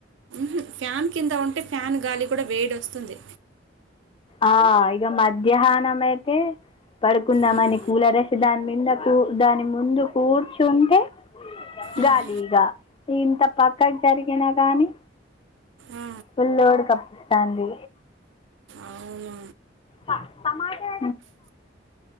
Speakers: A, on the right; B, on the left.
A: న్ ఫ్యాన్ కింద ఉంటే ఫ్యాన్ గాలి కూడా వేడి వస్తుంది.
B: ఆ ఇక మధ్యాహ్నం అయితే పడుకుందాంమని
A: ఉమ్,
B: కూలరేసి దాని మీద కూ దాని ముందు కూర్చుంటే
A: ఉమ్.
B: గాలి ఇగ ఇంత పక్కకు జరిగినా గానీ
A: ఆ,
B: ఫుల్ లోడు కన్పిస్తాంది.
A: అవును
B: మ్ టమాటా